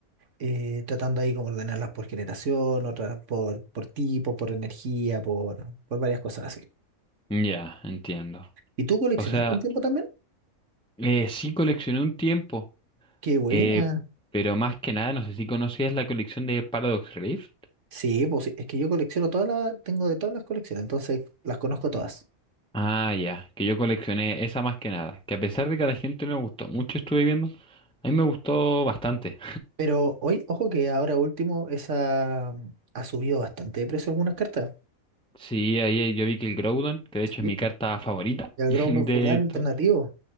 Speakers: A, on the right; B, in the centre.
A: eh, tratando ahí como ordenarlas por generación, otras por, por tipo, por energía, por, por varias cosas así.
B: Ya, entiendo.
A: ¿Y tú coleccionaste
B: O sea,
A: un tiempo también?
B: eh, sí coleccioné un tiempo.
A: Qué buena.
B: eh, pero más que nada, no sé si conocías la colección de Paradox Rift.
A: Sí, pues sí, es que yo colecciono todas las, tengo de todas las colecciones, entonces las conozco todas.
B: Ah, ya, que yo coleccioné esa más que nada. Que a pesar de que a la gente no le gustó mucho, estuve viendo, a mí me gustó bastante.
A: Pero hoy, ojo que ahora último, esa mm, ha subido bastante de precio algunas cartas.
B: Sí, ahí ahí yo vi que el Groudon, que de
A: Sí.
B: hecho es mi carta favorita
A: El
B: <laughs>
A: Ground
B: de
A: Solar
B: esto.
A: alternativo.